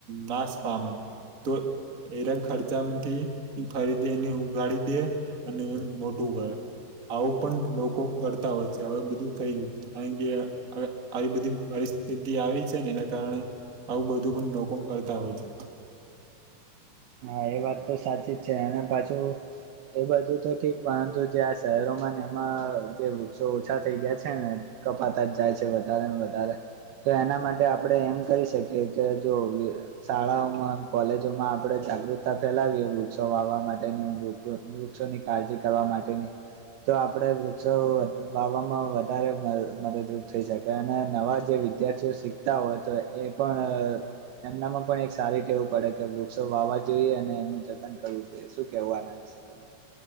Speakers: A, on the right; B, on the right.
A: નાશ પામે તો એરા ખર્ચામાંથી ફરીથી એને ઉગાડી દે અને મોટું કરે. આવું પણ લોકો કરતાં હોય છે હવે બધું થઈ ગયું કારણ કે આવી બધી બ સ્થિતિ આવી છે ને એના કારણે આવું બધું પણ લોકો કરતાં હોય છે.
B: હા એ વાત તો સાચી જ છે અને પાછું એ બધું તો ઠીક પરંતુ જે આ શહેરોમાં ને એમાં જે વૃક્ષો ઓછા થઈ ગયા છે ને કપાતા જ જાય છે વધારે ને વધારે. તો એના માટે આપડે એમ કરી શકીએ કે જો શાળાઓમાં, કોલેજોમાં આપણે જાગૃતતા ફેલાવીએ વૃક્ષો વાવવા માટેની વૃક્ષોની કાળજી કરવા માટેની. તો આપણે વૃક્ષો વાવવામાં વધારે મદ મદદરૂપ થઈ શકે અને નવા જે વિદ્યાર્થીઓ શીખતા હોય તો એ પણ એમનામાં પણ એક સારી ટેવ પડે કે વૃ ક્ષો વાવવા જોઈએ અને એનું જતન કરવું જોઈએ શું કેવું આના વિશે તમારે?